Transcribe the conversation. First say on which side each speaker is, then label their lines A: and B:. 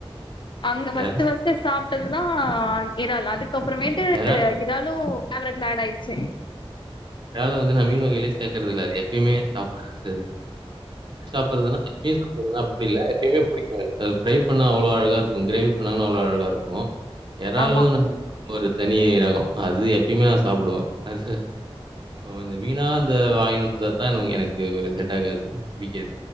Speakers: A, on the left; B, on the right.
A: அங்க ஃபஸ்ட்டு
B: எறா
A: ஃபஸ்ட்டு சாப்ட்டதுதா இறால் அதுக்கப்புறமேட்டு
B: எறா
A: இறால்லு அவருக் ஆட் ஆய்ர்ச்சு
B: எறால் வந்து நா மீன் வகையிலே சேக்கறது இல்ல அது எப்பயுமே சாப்புறது அது சாப்றதுனா டேஸ்ட்டு எப்பயுமே புடிக்காது அது ஃப்ரை பண்ணா அவ்ளோ அழகா இருக்கு கிரேவி பண்ணாங்கன்னா அவ்ளோ அழகா இருக்கு எறால்லு
A: ஆமா
B: ஒரு தனி ரகோ அது எப்பிம்மே நா சாப்புடுவ அது ஓ இந்த மீனா இந்த வாங்கினு வந்தா தா எனக்கு செட் ஆகாது புடிக்காது